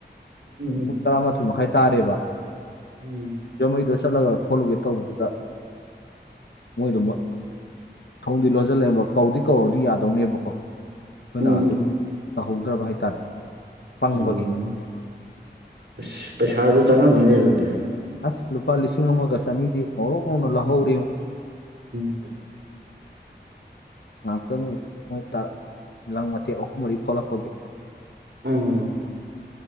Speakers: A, on the right; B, on the left.
A: ꯎꯝ
B: ꯄꯨꯡ ꯇꯔꯥꯃꯥꯊꯣꯏ ꯃꯈꯥꯏ ꯇꯥꯔꯦꯕ
A: ꯎꯝ
B: ꯖꯃꯩꯗꯣ ꯆꯠꯂꯒ ꯊꯣꯛꯣꯂꯨꯒꯦ ꯇꯧꯕꯗꯨꯗ ꯃꯣꯏꯗꯨ ꯊꯣꯡꯗꯤ ꯂꯣꯟꯁꯤꯜꯂꯕ ꯀꯧꯗꯤ ꯀꯧꯔꯗꯤ ꯌꯥꯗ ꯇꯧꯅꯦꯕꯀꯣ ꯑꯩꯈꯣꯏꯅ
A: ꯎꯝ
B: ꯑꯗꯨ ꯇꯧꯍꯧꯗ꯭ꯔꯕ ꯍꯥꯏꯇꯥꯔꯦ ꯄꯪꯕꯒꯤ
A: ꯎꯝ ꯑꯁ ꯄꯩꯁꯥꯁꯨ ꯆꯪꯉꯝꯅꯤꯅꯦ ꯑꯗꯨꯗꯤ
B: ꯑꯁ ꯂꯨꯄꯥ ꯂꯤꯁꯤꯡ ꯑꯃꯒ ꯆꯅꯤꯗꯤ ꯉꯧꯔꯧ ꯉꯧꯅ ꯂ ꯂꯧꯍꯧꯔꯤꯨ
A: ꯎꯝ
B: ꯉꯥꯏꯍꯥꯛꯇꯪ ꯃꯣꯏ ꯂꯥꯡ ꯃꯇꯊꯦꯛ ꯑꯍꯨꯝ ꯃꯔꯤ ꯊꯣꯛꯂꯛꯄꯒꯤ
A: ꯎꯝ